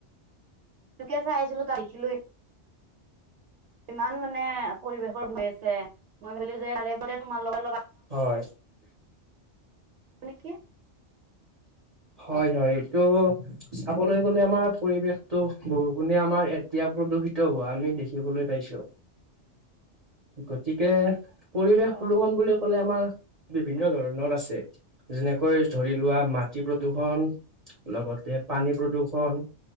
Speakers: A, on the right; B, on the right.
A: তোকে চাই আছিলো দেখিলোৱেই ইমান মানে পৰিৱেশৰ দইছে মই ভাবিলো যে তাৰে তোমাৰ লগৰ
B: হয়
A: নেকি
B: হয়
A: অ
B: হয় এইটো চাবলৈ গলে আমাৰ পৰিৱেশতটো বহুগুণে আমাৰ এতিয়া প্ৰদূষিত হোৱা আমি দেখিবলৈ পাইছো গতিকে পৰিৱেশ
A: অ'
B: প্ৰদূষণ বুলি ক'লে আমাৰ বিভিন্ন ধৰণৰ আছে যেনেকৈ ধৰি লোৱা ম খ্তি প্ৰদূৰ্ষণ লগতে পানী প্ৰদূৰ্ষণ